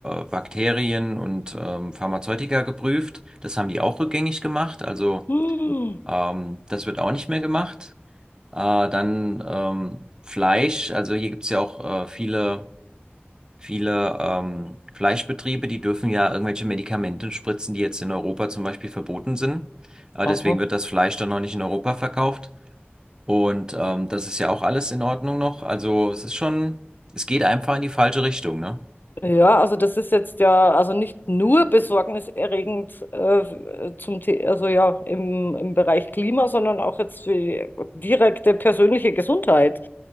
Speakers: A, on the right; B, on the left.
A: äh, Bakterien und ähm, Pharmazeutika geprüft. Das haben die auch rückgängig gemacht, also
B: Hm.
A: ähm, das wird auch nicht mehr gemacht. Äh, dann ähm, Fleisch, also hier gibt es ja auch äh, viele, viele ähm, Fleischbetriebe, die dürfen ja irgendwelche Medikamente spritzen, die jetzt in Europa zum Beispiel verboten sind. Äh,
B: Aha.
A: deswegen wird das Fleisch dann noch nicht in Europa verkauft. Und ähm, das ist ja auch alles in Ordnung noch. Also es ist schon, es geht einfach in die falsche Richtung, ne?
B: Ja, also das ist jetzt ja also nicht nur besorgniserregend äh, zum The also ja im, im Bereich Klima, sondern auch jetzt für die direkte persönliche Gesundheit.